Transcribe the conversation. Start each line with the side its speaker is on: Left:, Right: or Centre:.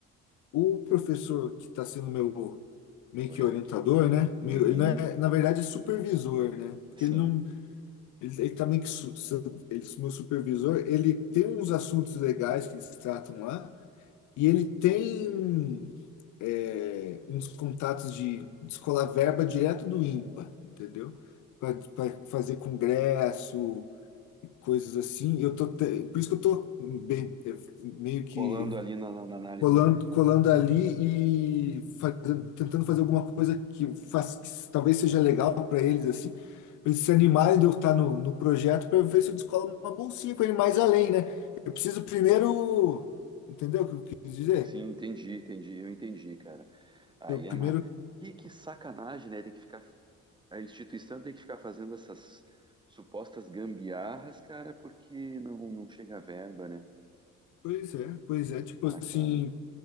Left: o professor que está sendo meu meio
Right: orientando.
Left: que orientador, né? Meio-
Right: Uhum,
Left: ele não é, na verdade é supervisor, né? Porque
Right: sim,
Left: ele não Ele, ele também, que su- su- ele, meu supervisor, ele tem uns assuntos legais que eles tratam lá, e ele tem é, uns contatos de descolar verba direto do INPA, entendeu? Para fazer congresso e coisas assim. Eu tô, te- por isso que eu tô bem, é, meio que
Right: colando ali na, na- na análise
Left: colando,
Right: numérica.
Left: colando ali e fazendo- tentando fazer alguma coisa que, faz, que talvez seja legal para eles, assim, para eles se animarem de eu estar no, no projeto para ver se eu descolo uma bolsinha com ele mais além, né? Eu preciso primeiro, entendeu o que eu quis dizer?
Right: Sim, entendi, entendi, eu entendi, cara. Aí
Left: Eu primeiro,
Right: é uma. Que, que sacanagem, né? Tem que ficar. A instituição tem que ficar fazendo essas supostas gambiarras, cara, porque não, não chega a verba, né?
Left: pois é, pois é, tipo
Right: Ah,
Left: assim,
Right: cara.